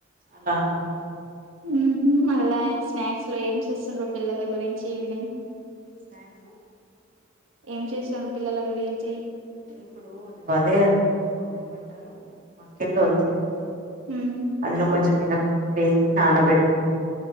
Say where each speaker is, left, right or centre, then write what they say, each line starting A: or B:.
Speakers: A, on the right; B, on the right.
A: అలానమాట
B: ఉహు మల్లయస్ స్నాక్స్ లో ఏం చేస్తుండ్రు పిల్లల గురించి ఈవినింగ్
A: స్నాక్స్
B: ఏం చేస్తారు పిల్లల గురించి
A: ఇప్పుడు అది అదే కదా ఉ ఏమంటారు మాక్కెళ్ళ వలిచాను.
B: ఉమ్
A: అదులో కొంచెం మినప్పిండి లో వేసి నానబెట్టాను.